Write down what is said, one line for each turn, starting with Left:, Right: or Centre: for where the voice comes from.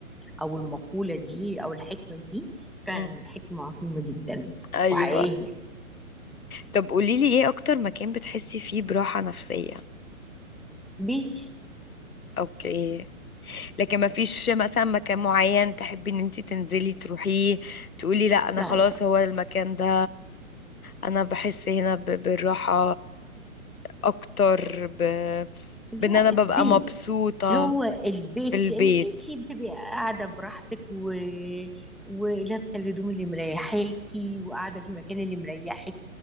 Centre: او المقوله دي او الحكمه دي فعلا
Left: مم.
Centre: حكمه عظيمه جدا
Left: ايوه
Centre: وحقيقيه
Left: طب قوليلي ايه اكتر مكان بتحسي فيه براحة نفسية
Centre: بيت
Left: اوكي لكن ما فيش مثلا مكان معين تحبي ان انت تنزلي تروحيه تقولي لا انا
Centre: لا
Left: خلاص
Centre: لا
Left: هو المكان ده انا بحس هنا ب- بالراحة اكتر ب...
Centre: لا
Left: بان انا ببقى
Centre: البيت
Left: مبسوطة
Centre: هو البيت
Left: في البيت
Centre: لانك انت بتبقي قاعده براحتك و... ولابسه الهدوم اللي مريحاكي وقاعده في المكان اللي مريحك